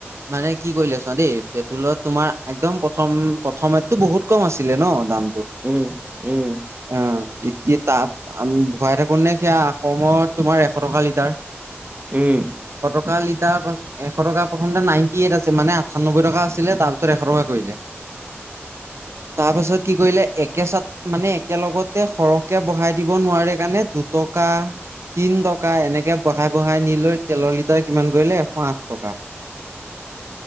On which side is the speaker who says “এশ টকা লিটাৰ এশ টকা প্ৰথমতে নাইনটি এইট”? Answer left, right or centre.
Right